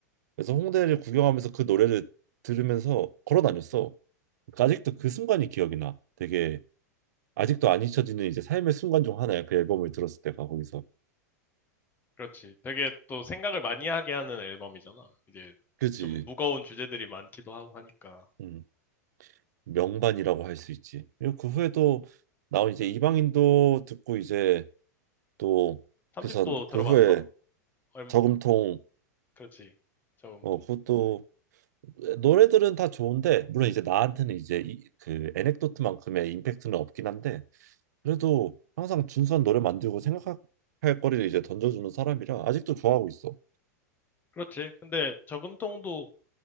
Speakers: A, on the right (about 75°); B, on the left (about 20°).
A: 그래서 홍대를 구경하면서 그 노래를 들으면서 걸어 다녔어. 그러니까 아직도 그 순간이 기억이 나. 되게 아직도 안 잊혀지는 이제 삶의 순간 중 하나야. 그 앨범을 들었을 때가 거기서.
B: 그렇지. 되게 또 생각을 많이 하게 하는 앨범이잖아. 이제
A: 그지?
B: 좀 무거운 주제들이 많기도 하고 하니까.
A: 음, 명반이라고 할 수 있지. 그리고 그 후에 또 나온 이제 이방인도 듣고 이제 또
B: 3집도
A: 그선
B: 들어봤어?
A: 그 후에
B: 얼,
A: 저금통
B: 그렇지. 저금통.
A: 어 그것도 노래들은 다 좋은데 물론 이제 나한테는 이제 이, 그 에넥도트만큼의 임팩트는 없긴 한데 그래도 항상 준수한 노래 만들고 생각할 거리를 이제 던져주는 사람이라 아직도 좋아하고 있어.
B: 그렇지. 근데 저금통도